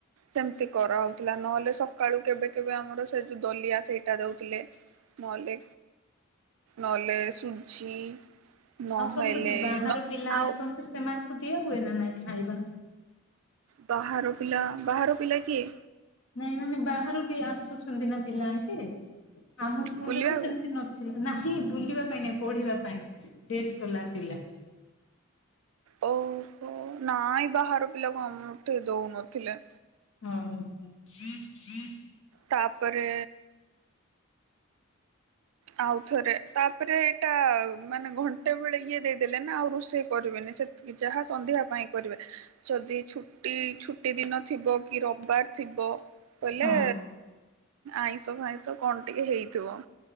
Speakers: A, on the right; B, on the left.
A: ସେମତି କରାହେଉଥିଲା ନହେଲେ ସକାଳୁ କେବେ କେବେ ସେ ଯୋଉ ଦଲିଆ ସେଇଟା ଦଉଥିଲେ। ନହେଲେ ନଲେ ସୁଜି। ନହେଲେ
B: ଆଉ ତମର ଯୋଉ ବାହାର
A: ନ
B: ପିଲା
A: ଆଉ
B: ଆସଛନ୍ତି ସେମାନେ ଦିଆ ହୁଏ ନା ନାଇଁ ଖାଇବା?
A: ବାହାର ପିଲା ବାହାର ପିଲା କିଏ?
B: ନାଇଁ ମାନେ ବାହାରୁ ବି ଆସୁଛନ୍ତି ନା ପିଲା ଅଙ୍କେ। ଆମ ସ୍କୁଲ
A: ବୁଲିବାକୁ
B: ରେ ତ ସେମତି ନଥିଲା ନା। ବୁଲିବା ପାଇଁ ନାଇ ପଢିବା ପାଇଁ ସ୍ କଲା ଥିଲା।
A: ଓହୋ ନାଇଁ ବାହାର ପିଲାକୁ ଆମଠେ ଦଉନଥିଲେ।
B: ହଁ। <inaudible>
A: ତାପରେ ଆଉଥରେ ତାପରେ ଏଇଟା ମାନେ ଘଣ୍ଟେ ବେଳେ ଇଏ ଦେଇଦେଲେ ନା ଆଉ ରୋଷେଇ କରିବେନି ସେତିକି ଯାହା ସନ୍ଧ୍ୟା ପାଇଁ କରିବେ। ଯଦି ଛୁଟି ଛୁଟି ଦିନ ଥିବ କି ରବିବାର ଥିବ କହିଲେ
B: ହଁ
A: ଆଇଁଷ ଫାଇଁଷ କଣ ଟିକେ ହେଇଥିବ।